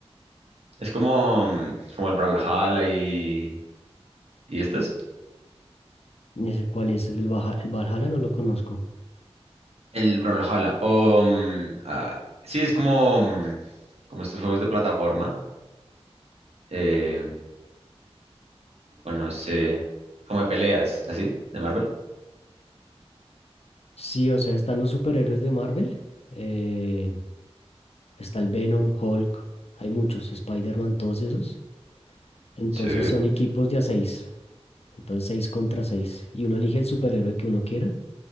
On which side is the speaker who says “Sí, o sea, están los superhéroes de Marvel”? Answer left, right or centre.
Left